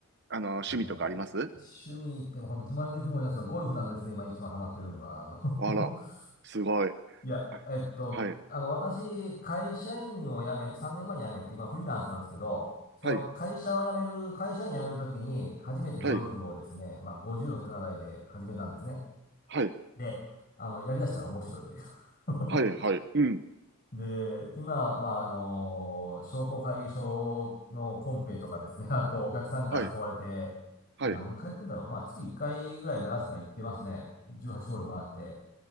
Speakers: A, on the right (about 50°); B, on the left (about 40°).
A: あの、趣味とかあります
B: もうね、趣味に行っても本当自慢できるもんなんですが、ゴルフなんですね、今一番ハマってるのは。あの
A: あら、
B: <laughs>
A: すごい。
B: いや、
A: あ
B: えっと、
A: はい、
B: あの、私、会社員を辞め、3年前に辞めて、今フリーランスなんですけど、その会社を辞める、
A: はい、
B: 会社員辞めるときに、初めてゴルフをですね、
A: はい、
B: まあ50の手習いで始めたんですね。
A: はい、
B: で、あの、やりだしたら面白いという <laughs>
A: はい、はい、うん、
B: で、今、まあ、あの、商工会議所のコンペとかですね、<laughs> あとお客さんから誘われて、
A: はい、はい。
B: 何回行くんだろう。まあ、月1回ぐらいならせたら行ってますね。18ホール回って。